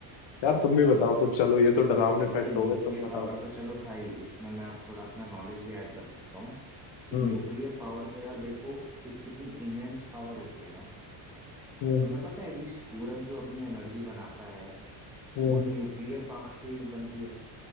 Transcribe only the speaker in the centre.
भाई
न्यूक्लियर
पावर तो चलो था ही इसमें मैं अब थोड़ा अपना नॉलेज भी ऐड कर सकता हूँ कि
न्यूक्लियर पावर तो यार देखो इतनी इमेंस पावर होती है ना
तुम्हें पता है कि सूरज जो अपनी एनर्जी बनाता है
वो न्यूक्लियर पावर से ही बनती है